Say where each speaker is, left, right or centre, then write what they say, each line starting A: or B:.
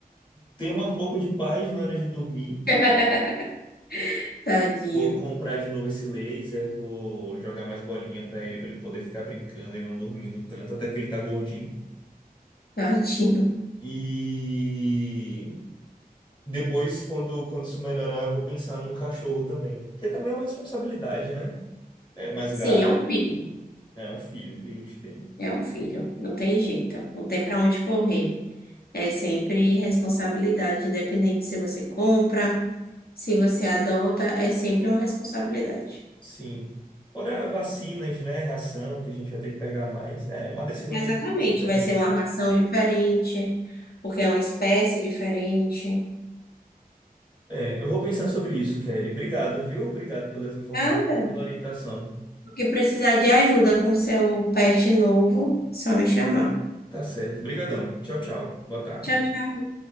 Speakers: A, on the left; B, on the left.
A: ter um pouco de paz na hora de dormir.
B: <laughs> Tadinho,
A: Vou comprar de novo esse laser, vou jogar mais bolinha pra ele, pra ele poder ficar brincando e não dormindo tanto, até porque ele tá gordinho.
B: tadinho.
A: E depois, quando, quando isso melhorar, eu vou pensar num cachorro também. Porque também é uma responsabilidade, né? É mais
B: Sim,
A: gasto,
B: é um filho.
A: né? É um filho que a gente tem.
B: É um filho. Não tem jeito. Não tem pra onde correr. É sempre responsabilidade, independente se você compra, se você adota, é sempre uma responsabilidade.
A: Sim. Fora vacinas, né? Ração, que a gente vai ter que pegar mais. É é uma decisão
B: Exatamente.
A: que a gente precisa
B: Vai
A: pensar.
B: ser uma ração diferente, porque é uma espécie diferente.
A: É, eu vou pensar sobre isso, Kelly. Obrigado, viu? Obrigado pelas informações,
B: Nada.
A: pela orientação.
B: O que precisar de ajuda com seu pet novo, só me chamar.
A: Tá certo. Obrigadão. Tchau, tchau. Boa tarde.
B: Tchau, tchau.